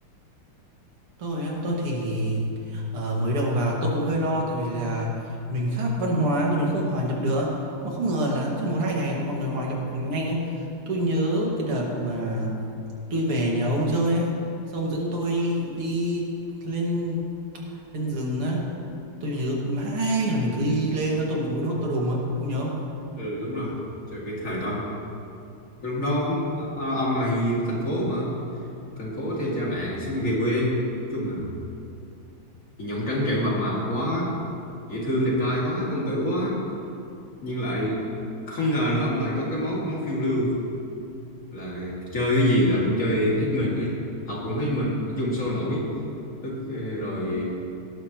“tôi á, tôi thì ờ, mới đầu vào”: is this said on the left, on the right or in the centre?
Right